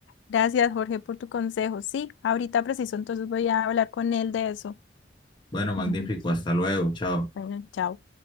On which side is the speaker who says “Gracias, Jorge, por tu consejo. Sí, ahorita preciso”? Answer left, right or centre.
Left